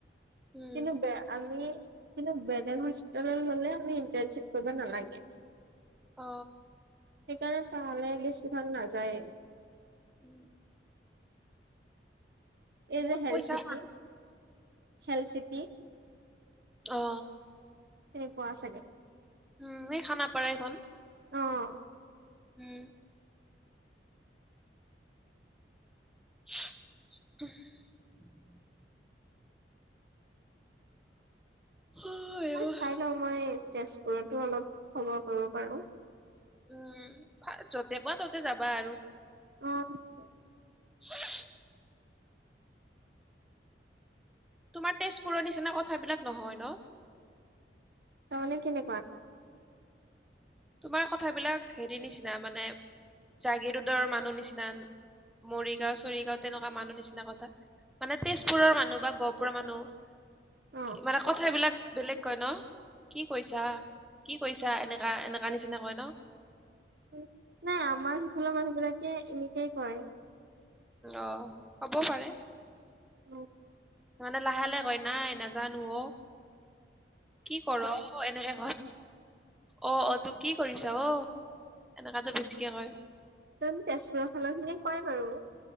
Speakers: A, in the centre; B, on the right.
A: উম
B: কিন্তু বে আমি কিন্ত। হষ্টেললে আমি ইন্টা। কৰিব নালাগে?
A: অ
B: সেইকাৰণে পাহালে বেছিভাগ নায়। যায়
A: উম
B: এ
A: বহুত
B: যে হেল
A: পইচা
B: চিটি হেল চিটি।
A: অ।
B: চিনি পোৱা চাগে
A: উম এই খানাপাৰা এইখন।
B: অ
A: উম। <unintelligible> অ, আইঅ
B: মই চাই লৈ মই তেজ। পোৰতো অলপ খবৰ কৰিব পাৰো।
A: উম যতে পোৱা ততে যাবা আৰু।
B: অ। তাকে
A: <unintelligible> তোমাৰ তেজপুৰৰ নিচিনা কথাবিলাক নহয় ন।
B: তাৰ মানে কেনেকুৱা।
A: তোমাৰ কথাবিলাক হেৰি নিচিনা মানে জাগি ৰোদৰ মানুহ নিচিনা মৰিগাঁও চৰিগাও তেনেকুৱা মানুহ নিচিনা কথা মানে তেজপুৰৰ মানুহ বা গহপুৰৰ মানুহ।
B: অ
A: কি মানে কথাবিলাক। বেলেগ কয় ন কি কৈছা কি কৈছা এনেকা এনে। কা নিচিনা কয় ন।
B: উ নাই আমাৰ সিফালৰ মানুহ বিলাক। এতিয়া এনেকেই কয়।
A: অ হ'ব পাৰে।
B: অ
A: মানে লাহে লাহে কয় না এ নাজানো অ। কি কৰ এনেকে। অ অ তো কি। কৰিছা অ। এনেকাতো বেছিকে কয়।
B: তেন তেজপুৰৰ ফালৰ খিনিয়ে কয় বাৰু।